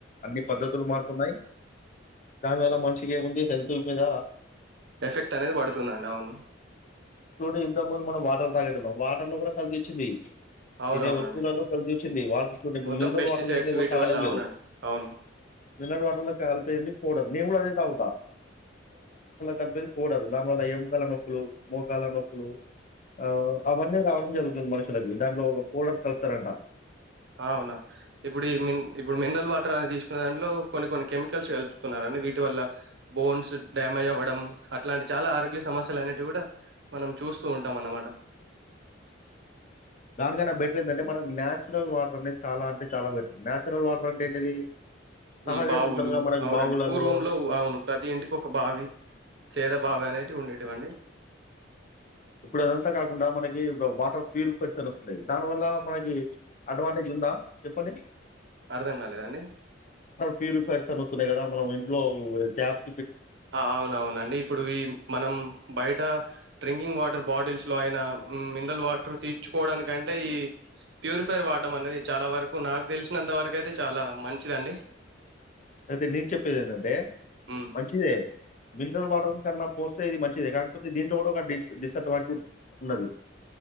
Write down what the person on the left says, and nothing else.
అన్ని పద్ధతులు మారుతున్నాయి దానివల్ల మనిషికి ఏముంది హెల్త్ మీద
చూడు ఇంతకు ముందు మనం వాటర్ తాగెట్టున్నాం వాటర్ లో కూడా కల్తీ ఇచ్చింది
తినే వస్తువులను కలిసి వచ్చింది వాటర్ చూడంప్పుడు
మినరల్
వాటర్ లేద ఎవరు
తాగడం
లేదు
మినరల్ వాటర్ లో కాలపోయిడి పోడర్ నీవు కూడా అదే తగుతా కనిప పోడర్ దాని వల్ల ఏం కాల నొప్పులు మోకాల నొప్పులు ఆ అవనీ రావడం జరుగుతుంది <inaudible> ఇ దండలు పొడర్ కలుపుతార్ ఆట
దానికై నా బెటర్ ఏంటంటే మనకి నయాచురల్ వాటర్ అనేది చాలా అంటే చాలా బెటర్ నచురల్ వాటర్ అంటే ఏంటిది సహజ
సిద్ధంగా మనకి
బావులలో
ఇప్పుడు అదంతా కాకుండా మనకి వాటర్ ప్యూరిఫైట్స్ అని వస్తున్నాయి దాని వల్ల మనకి అడ్వాంటేజ్ ఉందా చెప్పండి
ప్యూరిఫైర్స్ అని వస్తున్నాయి కదా మనం ఇంట్లో ట్యాప్
అయితే నేను చెప్పేది ఏంటంటే
మంచిదే మినరల్ వాటర్ కన్నా పోస్తే ఇది మంచిదే కాకపోతే దీంట్లో కూడా ఒక డిస్ డిసడ్వాంటేజ్ ఉన్నది